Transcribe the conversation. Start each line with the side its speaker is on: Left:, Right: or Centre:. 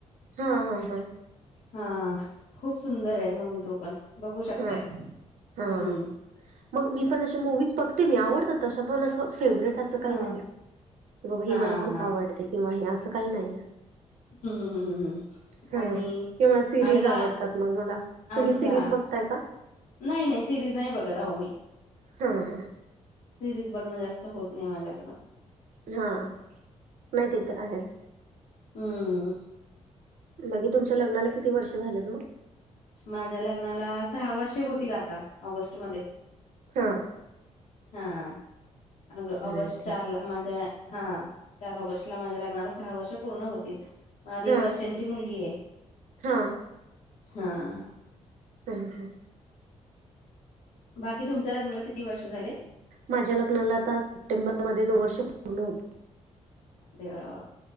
Right: हा हा हा
Left: हा खुप सुंदर आहे मुवी तो पण बघु शकताय
Right: हा
Left: हम्म
Right: हा मग मी पण असे मुव्हीज बघते मी आवडतात तशा पण अस फेवरेट त्याच काही
Left: हां,
Right: नाही की बाबा हे
Left: हां,
Right: मला
Left: हां.
Right: खुप
Left: हां.
Right: आवडते किंवा हे अस काही नाही
Left: हं, हं, हं, हं
Right: हां
Left: आणि
Right: किंवा सिरीज
Left: आणि गा
Right: आवडतात मग मला तुम्ही
Left: अच्छा.
Right: सिरीज बघताय का
Left: नाही नाही सिरीज नाही बघत आहो मी
Right: हं हं
Left: सिरीज बघण जास्त होत नाही माझ्याकड-
Right: हा नाही ते तर आहेस
Left: हम्म
Right: बाकी तुमच्या लग्नाला किती वर्ष झालेत मग
Left: माझ्या लग्नाला सहा वर्षे होतील आता ऑगस्ट मध्ये
Right: हा
Left: हाऊ अग
Right: नाही
Left: ऑगस्ट
Right: ठीक
Left: चार ला माझ्या हां चार ऑगस्ट ला माझ्या लग्नाला सहा वर्ष पुर्ण होतील मला
Right: आहे
Left: तीन
Right: हा
Left: वर्षांची मुलगी आहे.
Right: हा
Left: हां
Right: हं हं
Left: बाकी तुमच्या लग्नाला किती वर्ष झाले
Right: माझ्या लग्नाला आता सप्टेंबर मध्ये दोन वर्ष पुर्ण होतील
Left: अरे वा वा